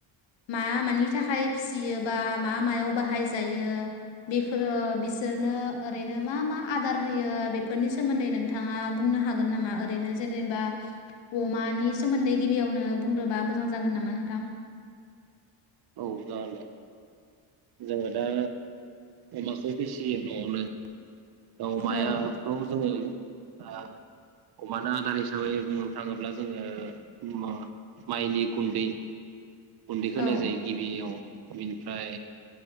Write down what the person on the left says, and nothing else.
मा मानि थाखाय फिसियो बा मा मायाव बाहायजायो बेफो ओ बिसोरनो ओरैनो मा मा आदार होयो बेफोरनि सोमोन्दै नोंथाङा बुंनो हागोन नामा? ओरैनो जेनेबा अमानि सोमोन्दै गिबियावनो बुंग्रोबा मोजां जागोन नामा नोंथां?
औ
औ